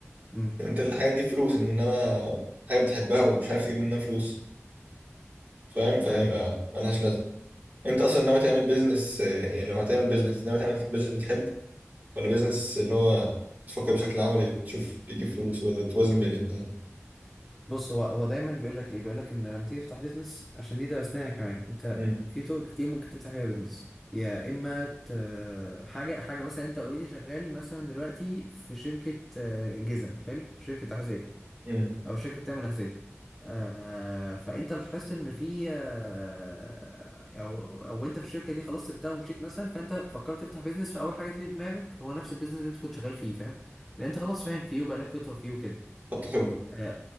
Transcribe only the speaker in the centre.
مم.
يعني
انت
بص هو هو دايما بيقول لك ايه بيقول لك ان لما تيجي تفتح بيزنس عشان دي درسناها كمان انت
في طرق كتير ممكن تفتح بيها بيزنس يا اما ت... حاجه حاجه مثلا انت اوريدي شغال مثلا دلوقتي في شركه آه، جزم حلو شركه تحذير
او شركه بتعمل احذيه آه فانت لاحظت ان في آه او او انت في الشركه دي خلاص سبتها ومشيت مثلا فانت فكرت تفتح بيزنس فاول حاجه تيجي في دماغك هو نفس البيزنس اللي انت كنت شغال فيه فاهم لان انت خلاص فاهم فيه وبقالك فتره فيه وكده
آه